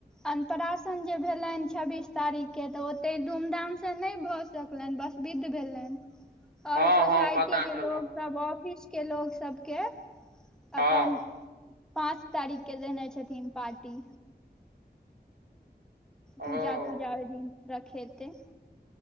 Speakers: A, in the centre; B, on the right.
A: अनपराशन जे भेलनि हन छब्बीस तारीखके तऽ ओते धूमधामसँ नहि भऽ सकलनि बस विध भेलनि आओर
B: हँ
A: सोसाइटी
B: हँ पता
A: के
B: चलल
A: लोग सब ऑफिसके लोग सबके
B: हँ
A: अपन पाँच तारीख के देने छथिन पार्टी
B: ओ
A: पूजा तूजा ओहि दिन रखेतै